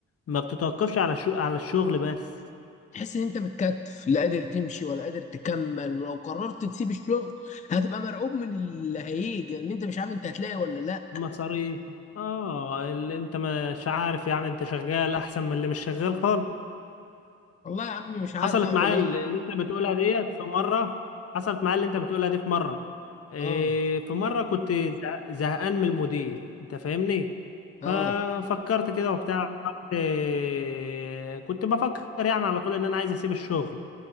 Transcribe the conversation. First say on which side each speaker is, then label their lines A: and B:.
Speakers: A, on the left; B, on the left.
A: ما بتتوقفش على الشو... على الشغل بس
B: تحس ان انت متكتف لا قادر تمشي ولا قادر تكمل ولو قررت تسيب الشغل هتبقى مرعوب من اللي هيجي ان انت مش عارف انت هتلاقي ولا لا
A: مصاريف اه اللي انت مش عارف يعني انت شغال احسن من اللي مش شغال خالص
B: والله يا عم مش عارف
A: حصلت
B: اعمل
A: معايا
B: ايه
A: اللي انت بتقولها ديت في مره حصلت معايا اللي انت بتقولها دي في مره إيه،
B: اه
A: في مره كنت زه- زهقان من المدير انت فاهمني
B: اه
A: ففكرت كده وبتاع قلت إيه، كنت بفكر يعني على طول ان انا عايز اسيب الشغل